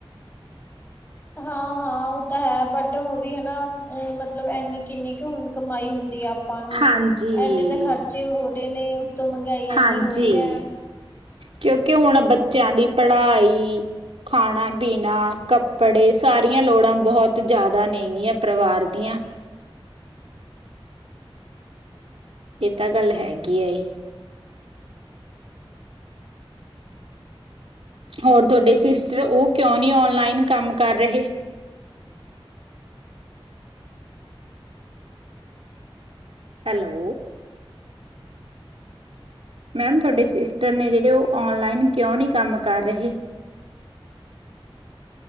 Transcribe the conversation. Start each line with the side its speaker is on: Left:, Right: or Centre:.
Left: ਹਾਂ ਹਾਂ ਉਹ ਤਾਂ ਹੈ ਬਟ ਉਹ ਵੀ ਹਨਾ ਮਤਲਬ ਇੰਨੀ ਇੰਨੀ ਕੁ ਹ ਕਮਾਈ ਹੁੰਦੀ ਆ। ਆਪਾਂ ਨੂੰ,
Right: ਹਾਂਜੀ
Left: ਇੰਨੇ ਤਾਂ ਖਰਚੇ ਹੋ ਨੇ ਤੇ ਮਹਿੰਗਾਈ ਐੰਨੀ
Right: ਹਾਂਜੀ
Left: ਹੋ ਰਹੀ ਹੈ।
Right: ਕਿਉਂਕਿ ਹੁਣ ਬੱਚਿਆਂ ਦੀ ਪੜ੍ਹਾਈ ਖਾਣਾ ਪੀਣਾ ਕੱਪੜੇ ਸਾਰੀਆਂ ਲੋੜਾਂ ਬਹੁਤ ਜ਼ਿਆਦਾ ਨੇ ਗੀਆਂ ਪਰਿਵਾਰ ਦੀਆਂ। ਇਹ ਤਾਂ ਗੱਲ ਹੈਗੀ ਆ ਜੀ। ਹੋਰ ਤੁਹਾਡੇ ਸਿਸਟਰ ਉਹ ਕਿਉਂ ਨਹੀਂ ਆਨਲਾਈਨ ਕੰਮ ਕਰ ਰਹੇ। ਹੈਲੋ। ਮੈਮ ਤੁਹਾਡੇ ਸਿਸਟਰ ਨੇ ਜਿਹੜੇ ਉਹ ਆਨਲਾਈਨ ਕਿਉਂ ਨਹੀਂ ਕੰਮ ਕਰ ਰਹੇ,